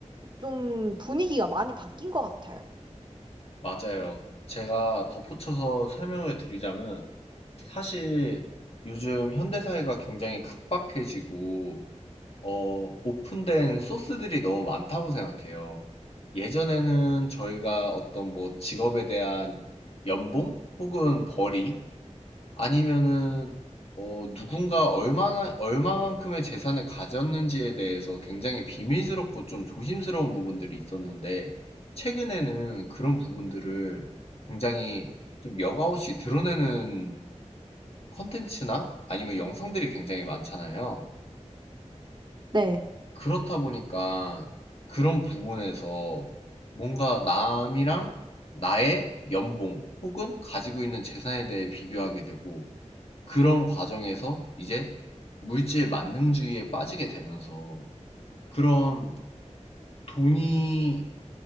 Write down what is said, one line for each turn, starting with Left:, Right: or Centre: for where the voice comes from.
Right: 좀 분위기가 많이 바뀐 것 같아요.
Left: 맞아요. 제가 덧붙여서 설명을 드리자면, 사실 요즘 현대사회가 굉장히 각박해지고, 어, 오픈된 소스들이 너무 많다고 생각해요. 예전에는 저희가 어떤 뭐 직업에 대한 연봉 혹은 벌이 아니면은 어, 누군가 얼마나 얼마만큼의 재산을 가졌는지에 대해서 굉장히 비밀스럽고 좀 조심스러운 부분들이 있었는데 최근에는 그런 부분들을 굉장히 좀 여과없이 드러내는 컨텐츠나 아니면 영상들이 굉장히 많잖아요.
Right: 네
Left: 그렇다 보니까 그런 부분에서 뭔가 남이랑 나의 연봉 혹은 가지고 있는 재산에 대해 비교하게 되고 그런 과정에서 이제 물질 만능주의에 빠지게 되면서 그런 돈이